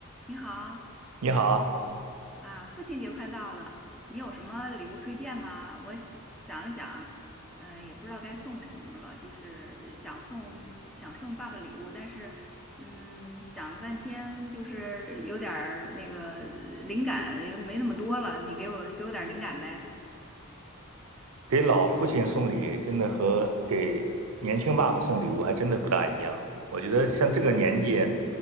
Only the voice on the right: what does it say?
你好，
给老父亲送礼，真的和给年轻爸爸送礼物还真的不大一样。我觉得像这个年纪，